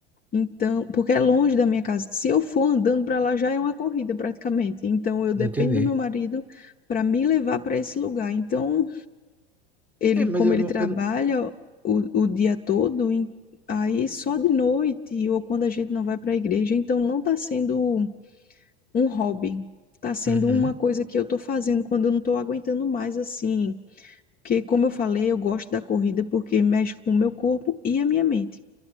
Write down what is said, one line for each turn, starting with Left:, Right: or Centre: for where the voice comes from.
Left: Então, porque é longe da minha casa. Se eu for andando para lá já é uma corrida praticamente. Então eu
Centre: entendi.
Left: dependo do meu marido para me levar para esse lugar. Então ele,
Centre: É, mas
Left: como
Centre: eu
Left: ele
Centre: não,
Left: trabalha
Centre: eu não...
Left: o, o dia todo, em- aí só de noite ou quando a gente não vai para a igreja, então não está sendo um hobby, está sendo
Centre: Uhum,
Left: uma coisa que eu estou fazendo quando eu não estou aguentando mais assim. Porque, como eu falei, eu gosto da corrida porque mexe com o meu corpo e a minha mente.